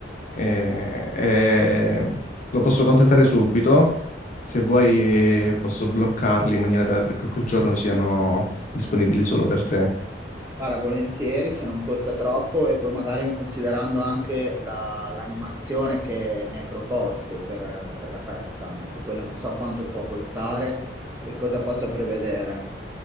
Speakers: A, on the left (about 45°); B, on the right (about 15°).
A: eh, eh, lo posso contattare subito. Se vuoi eh, posso bloccarli in maniera tale perché quel giorno siano disponibili solo per te.
B: fare volentieri se non costa troppo e poi magari considerando anche la- l'animazione che mi hai proposto per per la festa. Ecco, quella non so quanto può costare e cosa possa prevedere.